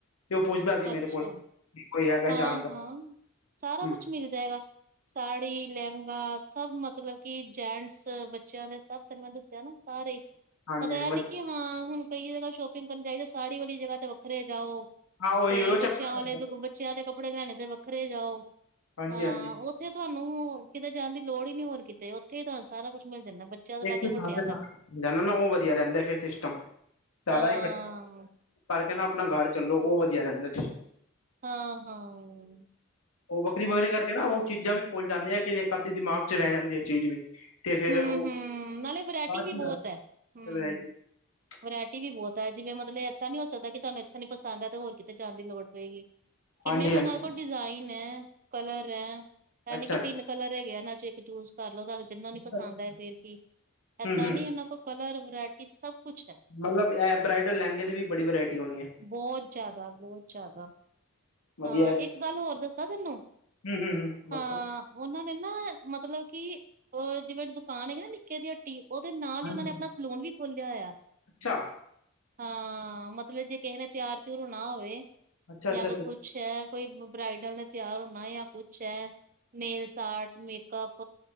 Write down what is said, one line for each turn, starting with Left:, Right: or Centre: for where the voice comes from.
Left: ਤੇ ਉਹ ਪੁੱਛਦਾ ਸੀ
Right: ਅੱਛਾ,
Left: ਮੇਰੇ ਕੋਲ ਕਿ ਕੋਈ ਹੈਗਾ
Right: ਹਾਂ-
Left: ਜਾਣਕਾਰ
Right: ਹਾਂ ਸਾਰਾ
Left: ਹੂੰ
Right: ਕੁਛ ਮਿਲ ਜਾਏਗਾ। ਸਾੜੀ, ਲਹਿੰਗਾ ਸਭ ਮਤਲਬ ਕੀ ਜੈਂਟਸ ਬੱਚਿਆਂ ਦੇ ਸਭ ਤੈਨੂੰ ਮੈਂ ਦੱਸਿਆ ਨਾ? ਸਾਰੇ,
Left: ਹਾਂਜੀ
Right: ਮਤਲਬ
Left: ਹਾਂਜੀ
Right: ਯਾਰ ਨੀ ਕਿ ਹਾਂ ਹੁਣ ਕਈ ਜਗ੍ਹਾ ਸ਼ੋ ਪਿੰਗ਼ ਕਰਨ ਚਾਹੀਦਾ ਸਾੜੀ ਵਾਲੀ ਜਗ੍ਹਾ ਤੇ ਵੱਖਰੇ ਜਾਓ
Left: ਹਾਂ ਉਹੀ
Right: ਤੇ
Left: ਉਹ
Right: ਬੱਚਿਆਂ
Left: ਚੱਕਰ
Right: ਵਾਲੇ
Left: ਪੈਂਦਾ
Right: ਦ ਬੱਚਿਆਂ ਦੇ ਕੱਪੜੇ ਲਿਆਣੇ ਤੇ ਵੱਖਰੇ ਜਾਓ
Left: ਹਾਂਜੀ
Right: ਹਾਂ
Left: ਹਾਂਜੀ
Right: ਉਹ ਜਿੱਥੇ ਤੁਹਾਨੂੰ ਕਿਤੇ ਜਾਣ ਦੀ ਲੋੜ ਹੀ ਨੀ ਹੋਰ ਕਿਤੇ ਉੱਥੇ ਹੀ ਤੁਹਾਨੂੰ ਸਾਰਾ ਕੁਛ ਮਿਲ ਜਾਂਦਾ ਬੱਚਿਆਂ ਤੋਂ
Left: ਇੱਕ
Right: ਲਾ ਕੇ
Left: ਥਾਂ
Right: ਵੱਡਿਆਂ
Left: ਤੇ ਸਾਰਾ
Right: ਤੱਕ
Left: ਜਾਣਾ ਨਾ ਉਹ ਵਧੀਆ ਰਹਿੰਦਾ ਫੇਰ ਸਿਸਟਮ, ਸਾਰਾ
Right: ਹਾਂ,
Left: ਇਕੱਠਾ ਕਰਕੇ ਨਾ ਆਪਣਾ ਘਰ ਚੱਲੋ ਉਹ ਰਹਿੰਦਾ ਸਿਸਟਮ
Right: ਹਾਂ- ਹਾਂ
Left: ਉਹ ਵੱਖਰੀ -ਵੱਖਰੀ ਕਰਕੇ ਨਾ ਉਹ ਚੀਜ਼ਾਂ ਵੀ ਭੁੱਲ ਜਾਂਦੀਆਂ ਫਿਰ ਇੱਕ ਅੱਧੀ ਦਿਮਾਗ ਚ ਰਹਿ ਜਾਂਦੀ ਹੈ ਚੀਜ਼ ਵੀ ਤੇ ਫਿਰ
Right: ਹੂੰ-ਹੂੰ
Left: ਉਹ
Right: ਨਾਲੇ ਵਰਾਇਟੀ
Left: ਬਾ
Right: ਵੀ
Left: <unintelligible>
Right: ਬਹੁਤ ਐ ਹੂੰ। ਵਰਾਇਟੀ ਵੀ ਬਹੁਤ ਹੈ ਜਿਵੇਂ ਮਤਲਬ ਐਸਾ ਨੀ ਹੋ ਸਕਦਾ ਕਿ ਤੁਹਾਨੂੰ ਇੱਥੇ ਨੀ ਪਸੰਦ ਹੈ ਤੇ ਹੋਰ ਕਿਤੇ ਜਾਣ ਦੀ ਲੋੜ ਪਏਗੀ ਕਿੰਨੇ
Left: ਹਾਂਜੀ
Right: ਤੇ
Left: ਹਾਂਜੀ
Right: ਉਹਨਾਂ ਕੋਲ ਡਿਜ਼ਾਇਨ ਹੈ, ਕਲਰ ਹੈ, ਯਾਨੀ
Left: ਅੱਛਾ
Right: ਕਿ ਤਿੰਨ ਕਲਰ ਹੈਗੇ ਇਹਨਾਂ ਚੋਂ ਇੱਕ ਚੂਜ ਕਰ ਲੋ ਤੁਹਾਨੂੰ ਜਿੰਨਾ
Left: ਅੱਛਾ
Right: ਨੀ ਪਸੰਦ
Left: ਅੱਛਾ ਅੱਛਾ
Right: ਆਏ ਫੇਰ ਕੀ ਏਦਾਂ
Left: ਹੂੰ ਹੂੰ
Right: ਨੀ ਇਹਨਾਂ ਕੋਲ ਕਲਰ ਵਰਾਇਟੀ ਸਭ ਕੁਛ ਹੈ,
Left: ਮਤਲਬ ਇਹ ਬ੍ਰਾਈਡਲ ਲਹਿੰਗੇ ਦੀ ਵੀ ਬੜੀ ਵਰਾਇਟੀ ਹੋਣੀ ਹੈ
Right: <inaudible> ਬਹੁਤ ਜ਼ਿਆਦਾ ਬਹੁਤ ਜ਼ਿਆਦਾ
Left: ਵਧੀਆ
Right: ਹਾਂ,
Left: ਹੈ ਫਿਰ।
Right: ਇੱਕ ਗੱਲ ਹੋਰ ਦੱਸਾਂ ਤੈਨੂੰ,?
Left: ਹੂੰ ਹੂੰ ਹੂੰ ਬਸ
Right: ਹਾਂ ਉਹਨਾਂ ਨੇ ਮਤਲਬ ਕੇ ਉਹ ਜਿਵੇਂ ਦੁਕਾਨ ਹੈਗੀ ਨਾ ਨਿੱਕੇ ਦੀ ਹੱਟੀ ਉਹਦੇ ਨਾਲ
Left: ਹਾਂਜੀ
Right: ਹੀ ਉਹਨਾਂ ਨੇ
Left: ਹਾਂਜੀ
Right: ਆਪਣਾ ਸਲੋਨ ਵੀ ਖੋਲਿਆ ਹੋਇਆ
Left: ਅੱਛਾ।
Right: ਹਾਂ ਮਤਲਬ ਜੇ ਕਿਸੇ ਨੇ ਤਿਆਰ ਤਰ ਨਾ ਹੋਵੇ,
Left: ਅੱਛਾ ਅੱਛਾ
Right: ਜਾਂ
Left: ਅੱਛਾ
Right: ਕੁਛ ਹੈ ਕੋਈ ਬਰਾਈਡਲ ਨੇ ਤਿਆਰ ਹੋਣਾ ਜਾਂ ਕੁੱਛ ਹੈ ਨੇਲ ਆਰਟ ਮੇਕਅੱਪ,